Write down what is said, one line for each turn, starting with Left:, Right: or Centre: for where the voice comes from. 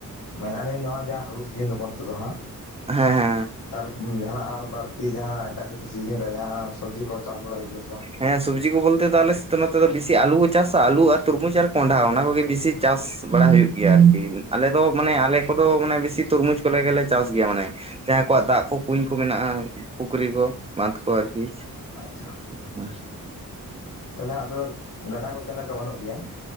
Left: ᱢᱮᱱ ᱟᱹᱞᱤᱧ ᱱᱚᱣᱟ ᱡᱟ ᱡᱟᱦᱟᱸ ᱦᱩᱲᱩ ᱥᱤᱡᱤᱱ ᱛᱟᱵᱚᱱ ᱱᱤᱛᱚᱜ ᱫᱚ ᱦᱟᱸᱜ,
Right: ᱦᱮᱸᱻ
Left: ᱛᱟᱨ ᱡᱟᱦᱟᱱᱟᱜ ᱟᱨ ᱵᱟᱹᱲᱛᱤ ᱱᱟᱜ ᱮᱴᱟᱜ ᱠᱤᱪᱷᱩ ᱥᱤᱡᱤᱱ ᱨᱮ ᱡᱟᱦᱟᱸᱱᱟ ᱥᱚᱵᱡᱤ ᱠᱚ ᱪᱟᱥ ᱵᱟᱲᱟᱭ ᱦᱩᱭᱩᱜ ᱜᱮᱭᱟ ᱥᱮ ᱵᱟᱝ?
Right: ᱦᱮᱸ ᱥᱚᱵᱽᱡᱤ ᱠᱚ ᱵᱚᱞᱛᱮ ᱫᱚ ᱟᱞᱮ ᱥᱤᱫ ᱱᱚᱛᱮ ᱫᱚ ᱵᱮᱥᱤ ᱟᱞᱩ ᱠᱚ ᱪᱟᱥᱟ ᱟᱞᱩ ᱟᱨ ᱛᱩᱨᱢᱩᱡᱽ ᱟᱨ ᱠᱚᱸᱰᱷᱟ ᱚᱱᱟ ᱠᱚᱜᱮ ᱵᱤᱥᱤ ᱪᱟᱥ ᱵᱟᱲᱟ ᱦᱩᱭᱩᱜ ᱜᱮᱭᱟ ᱟᱨᱠᱤ ᱟᱞᱮ ᱫᱚ ᱢᱟᱱᱮ ᱟᱞᱮ ᱠᱚᱫᱚ ᱢᱟᱱᱮ ᱵᱮᱥᱤ ᱛᱚᱨᱢᱩᱡᱽ ᱠᱚᱨᱮ ᱜᱮᱞᱮ ᱪᱟᱥ ᱜᱮᱭᱟ, ᱢᱟᱱᱮ ᱡᱟᱦᱟᱸᱭ ᱠᱚᱣᱟᱜ ᱫᱟᱜ ᱠᱚ ᱠᱩᱧ ᱠᱚ ᱢᱮᱱᱟᱜᱼᱟ ᱯᱩᱠᱷᱨᱤ ᱠᱚ ᱵᱟᱸᱫᱷ ᱠᱚ ᱟᱨᱠᱤ,
Left: ᱟᱪᱪᱷᱟ᱾
Right: <unintelligible>
Left: ᱛᱟᱦᱞᱮ ᱟᱫᱚ ᱜᱟᱰᱟ ᱠᱚ ᱠᱮᱱᱮᱞ ᱠᱚ ᱵᱟᱹᱱᱩᱜ ᱜᱮᱭᱟ᱾